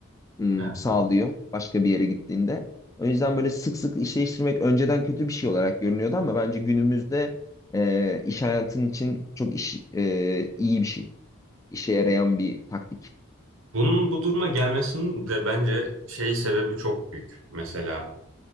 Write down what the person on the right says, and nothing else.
Evet.
Bunun bu duruma gelmesinin de bence şey sebebi çok büyük. Mesela